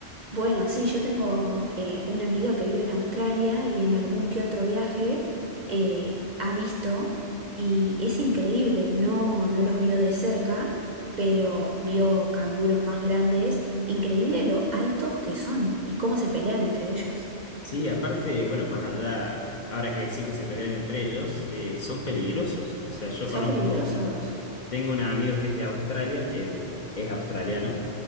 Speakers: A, on the right; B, on the left.
A: Bueno, sí, yo tengo eh, una amiga que vive en Australia y en algún que otro viaje eh, ha visto y es increíble, no, no los vio de cerca, pero vio canguros más grandes, increíble lo altos que son y cómo se pelean entre ellos.
B: Sí, aparte, bueno, más allá, ahora que sí que se pelean entre ellos, eh, son peligrosos. O sea, yo
A: Son
B: conozco,
A: peligrosos,
B: tengo un amigo que es de Australia, que él es australiano,